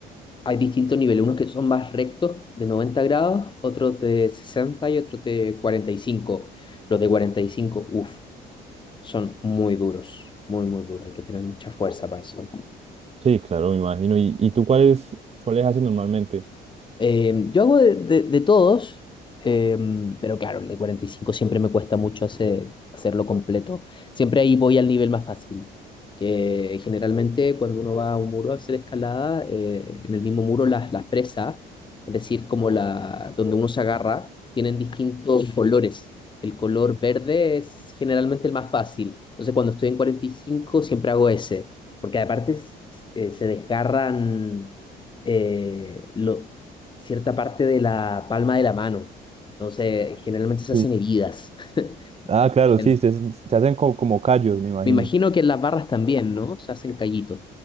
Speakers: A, on the left (about 30°); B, on the right (about 40°).
A: hay distintos niveles, unos que son más rectos de 90 grados, otros de 60 y otros de cuarenta y cinco Los de cuarenta y cinco uff, son muy duros, muy, muy duros. Hay que tener mucha fuerza para eso.
B: Sí, claro, me imagino. ¿Y, y tú cuáles, cuáles haces normalmente?
A: Eh, yo hago de, de- de todos, eh, pero claro, el de 45 siempre me cuesta mucho hacer, hacerlo completo. Siempre ahí voy al nivel más fácil, que generalmente cuando uno va a un muro a hacer escalada, eh, en el mismo muro las, las presas, es decir, como la, donde uno se agarra, tienen distintos colores. El color verde es generalmente el más fácil. Entonces cuando estoy en 45 siempre hago ese, porque aparte eh, se desgarran eh, lo- cierta parte de la palma de la mano. Entonces, generalmente se hacen
B: Sí.
A: heridas.
B: Ah, claro,
A: <laughs> Bien.
B: sí, se, se hacen co- como, callos, me imagino.
A: Me imagino que en las barras también, ¿no? Se hacen callitos.